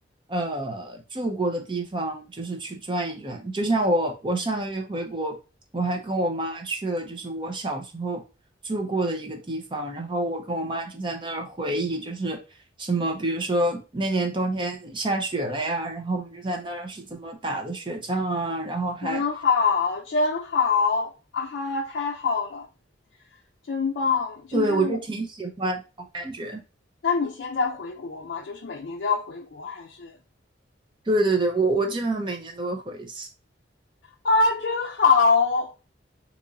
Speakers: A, on the right; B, on the left.
A: 呃住过的地方，就是去转一转。就像我我上个月回国，我还跟我妈去了，就是我小时候。住过的一个地方，然后我跟我妈就在那儿回忆，就是什么，比如说那年冬天下雪了呀，然后我们就在那儿是怎么打的雪仗啊，然后还，
B: 真好，真好，啊哈，太好了，真棒！就是我，
A: 对，我就挺喜欢这种感觉。
B: 那你现在回国吗？就是每年都要回国，还是
A: 对对对，我我基本上每年都会回一次。
B: 啊？真好，